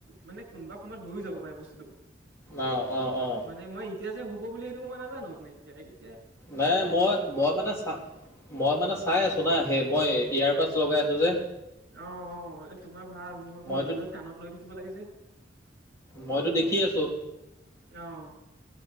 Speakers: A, on the right; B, on the left.
A: মানে কোনোবা সময় হৈয়ো যাব পাৰে বস্তু
B: অ অ অ
A: মানে মই এতিয়া যে হ'ব বুলি সেইটো মই নাজানো মানে এতিয়া এই
B: নাই, মই, মই মানে চ মই মানে চাই আছো না সেই মই এয়াৰ বাডচ লগাই আছে যে।
A: অ' অ' এ তোমাৰ ভাল মোৰ আকৌ
B: মইতো
A: মোবাইল এ কাণত লৈ থাকিব লাগি যে।
B: মইতো দেখি আছো।
A: অ',